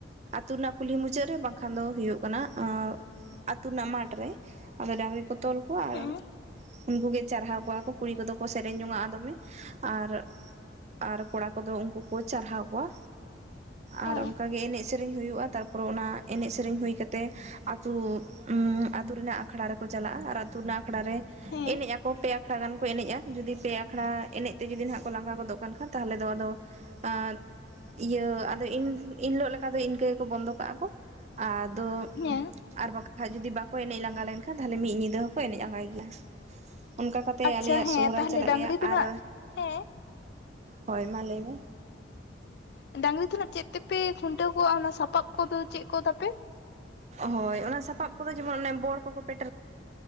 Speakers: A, on the right; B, on the left.
A: ᱛᱩᱨ ᱨᱮᱱᱟᱜ ᱠᱩᱞᱦᱤ ᱢᱩᱪᱟᱹᱫ ᱨᱮ ᱵᱟᱝᱠᱷᱟᱱ ᱫᱚ ᱦᱳᱭᱳᱜ ᱠᱟᱱᱟ ᱟᱜ ᱟᱛᱩ ᱨᱮᱱᱟᱜ ᱢᱟᱴᱷᱨᱮ ᱟᱫᱚ ᱰᱟᱝᱨᱤ ᱠᱚ ᱛᱚᱞ ᱠᱚᱣᱟ ᱟᱨ
B: ᱦᱮᱸ
A: ᱩᱱᱠᱩᱜᱮ ᱪᱟᱨᱦᱟᱣ ᱠᱚᱣᱟ ᱠᱚ ᱠᱩᱲᱤ ᱠᱚᱫᱚ ᱠᱚ ᱥᱮᱨᱮᱧ ᱡᱚᱱᱟᱜᱼᱟ ᱫᱚᱢᱮ ᱟᱨ ᱟᱨ ᱠᱚᱲᱟ ᱠᱚᱫᱚ ᱩᱱᱠᱩ ᱠᱚ ᱪᱟᱨᱦᱟᱣ ᱠᱚᱣᱟ ᱟᱨ
B: ᱚ
A: ᱚᱱᱠᱟᱜ ᱜᱮ ᱮᱱᱮᱡ ᱥᱮᱨᱮᱧ ᱦᱩᱭᱩᱜᱼᱟ ᱛᱟᱨᱯᱚᱨᱮ ᱚᱱᱟ ᱮᱱᱮᱡ ᱥᱮᱨᱮᱧ ᱦᱩᱭ ᱠᱟᱛᱮ ᱟᱛᱩ ᱩ ᱟᱛᱩ ᱨᱮᱱᱟᱜ ᱟᱠᱷᱲᱟ ᱨᱮᱠᱚ ᱪᱟᱞᱟᱜᱼᱟ ᱟᱨ ᱟᱛᱩ ᱨᱮᱱᱟᱜ ᱟᱠᱷᱲᱟ ᱨᱮ
B: ᱦᱮᱸ
A: ᱮᱱᱮᱡ ᱟᱠᱚ ᱯᱮ ᱟᱠᱷ ᱠᱷᱲᱟ ᱜᱟᱱ ᱠᱚ ᱮᱱᱮᱡᱼᱟ ᱡᱩᱫᱤ ᱯᱮ ᱟᱠᱷᱲᱟ ᱮᱱᱮᱡ ᱛᱮ ᱡᱩᱫᱤ ᱱᱟᱜ ᱠᱚ ᱞᱟᱸᱜᱟ ᱜᱚᱫᱚᱜ ᱠᱟᱱ ᱠᱷᱟᱱ ᱛᱟᱦᱚᱞᱮ ᱫᱚ ᱟᱫᱚ ᱮᱫ ᱤᱭᱟᱹ ᱟᱫᱚ ᱤᱱ ᱤᱱ ᱦᱤᱞᱳᱜ ᱞᱮᱠᱟ ᱫᱚ ᱤᱱ ᱠᱟᱹ ᱜᱮ ᱵᱚᱱᱫᱚ ᱠᱟᱜᱼᱟ ᱠᱚ ᱟ ᱫᱚ
B: ᱦᱮᱸ
A: ᱟᱨ ᱵᱟᱠᱷᱟᱡ ᱡᱩᱫᱤ ᱵᱟᱠᱚ ᱮᱱᱮᱡ ᱞᱟᱸᱜᱟ ᱞᱮᱱᱠᱷᱟᱱ ᱛᱟᱦᱚᱞᱮ ᱢᱤᱫ ᱧᱤᱫᱟᱹ ᱦᱚᱸᱠᱚ ᱮᱱᱮᱡ ᱟᱸᱜᱟᱭ ᱜᱮᱭᱟ ᱾ ᱚᱱᱠᱟ ᱠᱟᱛᱮᱜ
B: ᱟᱪᱪᱷᱟ
A: ᱟᱞᱮᱭᱟᱜ
B: ᱦᱮᱸ
A: ᱥᱚᱦᱨᱟᱭ
B: ᱛᱟᱦᱚᱞᱮ
A: ᱪᱟᱞᱟᱜ
B: ᱰᱟᱝᱨᱤ
A: ᱜᱮᱭᱟ
B: ᱫᱚ
A: ᱟᱨ
B: ᱱᱟᱜ ᱦᱮᱸ
A: ᱦᱳᱭ ᱢᱟ ᱞᱟᱹᱭ ᱢᱮ?
B: ᱦᱮᱸ ᱰᱟᱝᱨᱤ ᱛᱟᱦᱮᱱᱟ ᱪᱮᱫ ᱛᱮᱯᱮ ᱠᱷᱩᱱᱴᱟᱹᱣ ᱠᱚᱣᱟ ᱚᱱᱟ ᱥᱟᱯᱟᱵ ᱠᱚᱫᱚ ᱪᱮᱫ ᱠᱚ ᱛᱟᱯᱮ?
A: ᱦᱳᱭ ᱚᱱᱟ ᱥᱟᱯᱟᱵ ᱠᱚᱫᱚ ᱡᱮᱢᱚᱱ ᱚᱱᱮ ᱵᱚᱲ ᱠᱚᱠᱚ ᱯᱮᱴᱨ